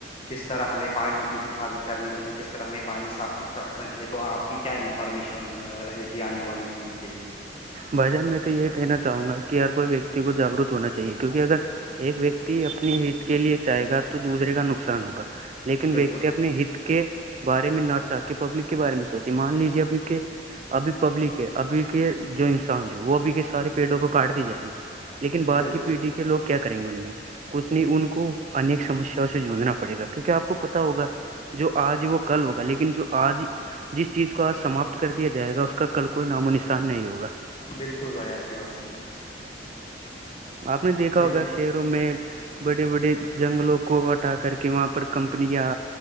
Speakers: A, on the left (about 30°); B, on the right (about 35°).
A: کس طرح ہمیں پانی کی حفاظت کرنی چاہیے کس طرح ہمیں پانی صاف ستھرا رکھنا چاہے تو آپ کی کیا انفارمیشن رہے گی آنے والی پیڑھی کے لیے
B: بھائی جان میں تو یہ کہنا چاہوں گا کہ ہر کوئی ویکتی کو جاگرک ہونا چاہیے کیونکہ اگر ایک ویکتی اپنے ہت کے لیے چاہے گا تو دوسرے کا نقصان ہوگا لیکن
A: بالکل
B: ویکتے اپنے ہت کے بارے میں نہ چاہ کے پبلک کے بارے میں سوچے مان لیجیے اب کے ابھی پبلک ہے ابھی کے جو انسان ہے وہ ابھی کے سارے پیڑوں کو کاٹ دیے جائیں گے لیکن بعد
A: بالکل
B: کی پیڑھی کے لوگ کیا کریں گے ان میں کچھ نہیں ان کو انیک سمسیا اس سے جوڑنا پڑے گا کیونکہ آپ کو پتا ہوگا جو آج وہ کل ہوگا لیکن جو آج جس چیز کو آج سماپت کر دیا جائے گا اس کا کل کوئی نام و نشان نہیں ہوگا
A: بالکل بھائی آپ کی بات صحی ہے
B: آپ نے دیکھا ہوگا
A: بال
B: شیب میں بڑے بڑے جنگلوں کو ہٹا کر کے وہاں پر کمپنیاں